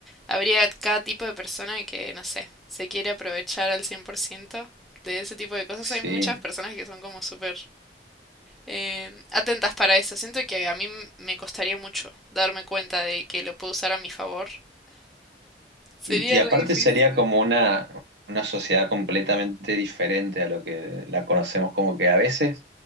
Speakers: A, in the centre; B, on the right.
A: habría cada tipo de persona que, no sé, se quiere aprovechar al 100% de ese tipo de cosas.
B: Sí,
A: Hay muchas personas que son como súper em, atentas para eso. Siento que a mí m- me costaría mucho darme cuenta de que lo puedo usar a mi favor. Sería
B: Y, y
A: re
B: aparte
A: difícil.
B: sería como una, una sociedad completamente diferente a lo que la conocemos, como que a veces